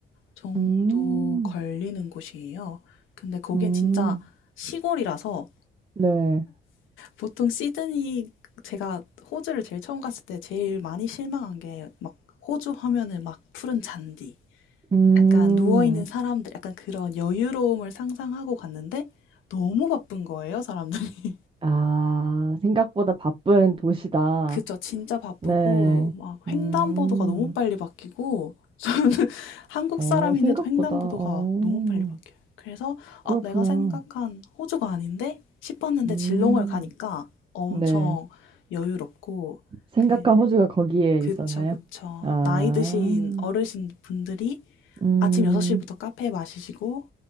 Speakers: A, on the left; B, on the right.
A: 정도
B: 음,
A: 걸리는 곳이에요. 근데 거긴
B: 음,
A: 진짜 시골이라서
B: 네.
A: 보통 시드니 제가 호주를 제일 처음 갔을 때 제일 많이 실망한 게 막 호주 하면은 막 푸른 잔디
B: 음.
A: 약간 누워있는 사람들 약간 그런 여유로움을 상상하고 갔는데 너무 바쁜 거예요, 사람들이.
B: 아, 생각보다 바쁜 도시다.
A: <laughs> 그쵸, 진짜 바쁘고
B: 네.
A: 막
B: 음.
A: 횡단보도가 너무 빨리 바뀌고 저는 <laughs> 한국
B: 어,
A: 사람인데도
B: 생각보다.
A: 횡단보도가
B: 어.
A: 너무 빨리 바뀌어요. 그래서
B: 그렇구나.
A: 아, 내가 생각한 호주가 아닌데 싶었는데
B: 음.
A: 질롱을 가니까 엄청
B: 네.
A: 여유롭고
B: 생각한
A: 그
B: 호주가 거기에
A: 그쵸,
B: 있었나요?
A: 그쵸.
B: 아.
A: 나이 드신 어르신 분들이
B: 음.
A: 아침 6시부터 카페 마시시고